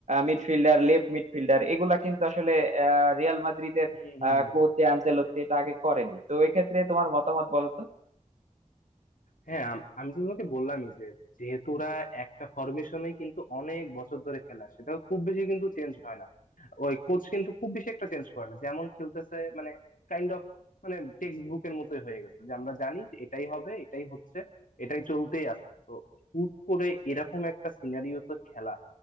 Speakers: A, on the right; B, on the left.
A: মিডফিল্ডার লেফট মিডফিল্ডার এগুলা কিন্তু আসলে আহ, রিয়াল মাদ্রিদের
B: হুম হুম
A: কোচ আনচেলত্তি এটা আগে করেনি তো এক্ষেত্রে তোমার মতামত বলো তো
B: হ্যাঁ আম- আমি তো তোমাকে বললামই যে যেহেতু ওরা একটা ফরমেশনে কিন্তু অনেক বছর ধরে খেলা সেটা খুব বেশি কিন্তু চেঞ্জ হয় না ওই কোচ কিন্তু খুব বেশি একটা চেঞ্জ করে না যেমন খেলতেছে মানে কাইন্ড অফ মানে টেক্সট বুকের মতোই হয়ে গেছে যে আমরা জানি যে এটাই হবে এটাই হচ্ছে এটাই চলতেই আছে তো হুট করে এরকম একটা সিনারিওতে খেলা